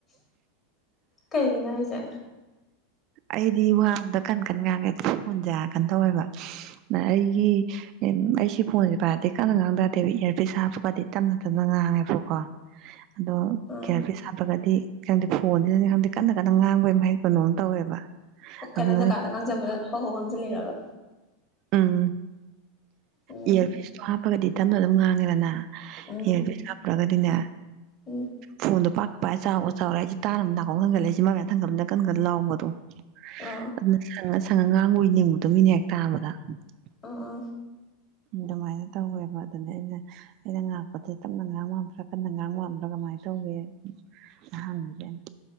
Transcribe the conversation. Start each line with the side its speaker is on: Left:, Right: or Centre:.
Left: ꯀꯩꯒꯤꯅꯣ ꯍꯥꯏꯖꯦ
Right: ꯑꯩꯗꯤ ꯋꯥꯉꯥꯡꯕꯗ ꯀꯟ ꯀꯟ ꯉꯥꯡꯉꯦ ꯐꯣꯟꯁꯦ ꯀꯩꯅꯣ ꯇꯧꯋꯦꯕ ꯑ ꯑꯩꯒꯤ ꯑꯩꯁꯤ ꯐꯣꯟꯁꯦ ꯄꯥꯏꯔꯗꯤ ꯀꯟꯅ ꯉꯥꯡꯗ ꯌꯥꯗꯦꯕ ꯏꯌꯥꯔꯄꯤꯁ ꯍꯥꯞꯄꯒꯗꯤ ꯇꯞꯅ ꯇꯞꯅ ꯉꯥꯡꯉꯦꯕꯀꯣ ꯑꯗꯣ
Left: ꯑꯥ
Right: ꯏꯑꯔ ꯄꯤꯁ ꯍꯥꯞꯇ꯭ꯔꯒꯗꯤ ꯀꯩꯪꯗꯤ ꯐꯣꯟꯗꯨꯅꯗꯤ ꯈꯪꯗꯦ ꯀꯟꯅ ꯀꯟꯅ ꯉꯥꯡꯕꯩ ꯃꯍꯩ ꯀꯩꯅꯣꯝ ꯇꯧꯋꯦꯕ
Left: ꯑꯣ ꯀꯩꯅꯣ
Right: ꯑꯗꯨꯅ
Left: ꯖꯒꯥꯗ ꯉꯥꯡꯖꯕꯗ ꯍꯧ ꯍꯎ ꯉꯥꯡꯖꯜꯂꯤꯔꯕ
Right: ꯑꯝ
Left: ꯎꯝ
Right: ꯏꯌꯔꯄꯤꯁ ꯇꯣ ꯍꯥꯞ ꯐꯒꯗꯤ ꯇꯞꯅ ꯑꯗꯨꯝ ꯉꯥꯡꯉꯦꯗꯅ
Left: ꯎꯝ
Right: ꯏꯌꯔꯄꯤꯁ ꯍꯥꯞꯇ꯭ꯔꯥꯒꯗꯤ ꯑꯗꯤꯅꯦ
Left: ꯎꯝ
Right: ꯐꯣꯟꯗ ꯄꯥ ꯎꯄꯥ ꯆꯥꯎꯒ ꯆꯥꯎꯔꯦ ꯑꯩꯁꯦ ꯇꯥꯔꯝ ꯅꯥꯀꯣꯡ ꯊꯥꯡꯖꯜꯂꯦ ꯆꯤꯟꯕꯥꯟ ꯃꯌꯥ ꯊꯥꯡꯖꯜꯂꯦ ꯀꯟ ꯀꯟꯅ ꯂꯥꯎꯕꯗꯣ
Left: ꯑꯣ
Right: ꯑꯗꯨꯗ ꯁꯪꯒ ꯁꯪ ꯑꯉꯥꯡ ꯑꯣꯏ ꯅꯤꯡꯕꯗꯣ ꯃꯤꯅ ꯍꯦꯛ ꯇꯥꯕꯗ <inaudible>
Left: ꯑꯣ ꯑ
Right: ꯑꯗꯨꯃꯥꯏꯅ ꯇꯧꯋꯦꯕ ꯑꯗꯨꯅꯦ ꯑꯩꯅ ꯑꯩꯅ ꯉꯥꯡꯄꯖꯦ ꯇꯞꯅ ꯉꯥꯡ ꯉꯝꯕ꯭ꯔꯥ ꯀꯟꯅ ꯉꯥꯡ ꯉꯝꯕ꯭ꯔꯥ ꯀꯃꯥꯏꯅ ꯇꯧꯋꯦ ꯍꯡꯉꯤꯖꯦ ꯑꯩꯅ